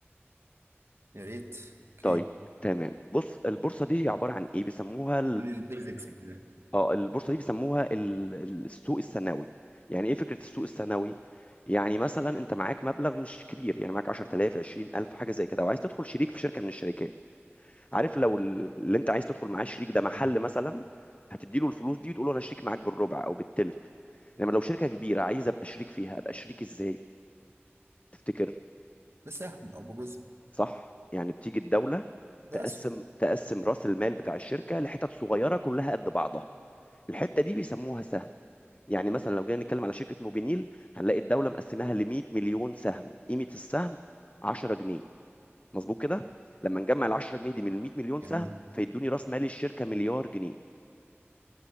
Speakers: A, on the right; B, on the left.
A: يا ريت اوكي
B: طيب تمام بص البورصه دي عباره عن ايه بيسموها
A: قول لي البيزكس كده
B: اه البورصه دي بيسموها ال- ال- السوق الثانوي يعني ايه فكره السوق الثانوي يعني مثلا انت معاك مبلغ مش كبير يعني معاك 10000 20000 حاجه زي كده وعايز تدخل شريك في شركه من الشركات عارف لو ال- اللي انت عايز تدخل معاه شريك ده محل
A: حلو
B: مثلا هتدي له الفلوس دي وتقول له انا شريك معاك بالربع او بالتلت انما لو شركه كبيره عايز ابقى شريك فيها ابقى شريك ازاي تفتكر
A: بسهم او بجزء
B: صح يعني بتيجي الدوله
A: باسهم
B: تقسم تقسم راس المال بتاع الشركه لحتت صغيره كلها قد بعضها الحته دي بيسموها سهم يعني مثلا لو جينا نتكلم على شركة موبينيل هنلاقي الدولة مقسماها ل 100 مليون سهم قيمة السهم 10 جنيه مظبوط كده لما نجمع ال 10 جنيه دي من ال 100 مليون سهم
A: جميل
B: فيدوني راس مال الشركة مليار جنيه